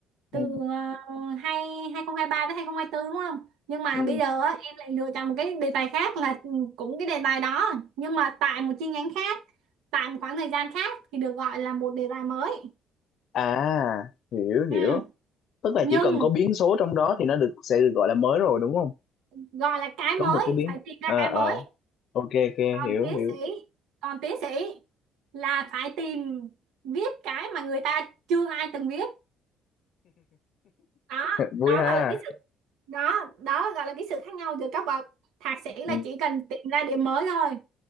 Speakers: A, on the left; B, on the right.
A: Ừ.
B: từ uh, hai 2023 tới hai không hai tư đúng không nhưng mà
A: Ừ.
B: bây giờ á, em lại lựa chọn một cái đề tài khác là ừ, cũng cái đề tài đó nhưng mà tại một chi nhánh khác tại một khoảng thời gian khác thì được gọi là một đề tài mới
A: À, hiểu
B: ừ.
A: hiểu. Tức là
B: nhưng
A: chỉ cần có biến số trong đó thì nó được sẽ được gọi là mới rồi đúng không?
B: gọi là cái
A: Có
B: mới
A: một cái biến.
B: phải tìm ra
A: Ờ
B: cái
A: ờ.
B: mới
A: Ok ok
B: còn
A: hiểu
B: tiến
A: hiểu.
B: sĩ còn tiến sĩ là phải tìm viết cái mà người ta chưa ai từng viết đó
A: <laughs> Vui
B: đó
A: ha.
B: gọi là cái sự đó đó gọi là cái sự khác nhau giữa các bậc thạc sĩ là
A: Ừ.
B: chỉ cần tìm ra điểm mới thôi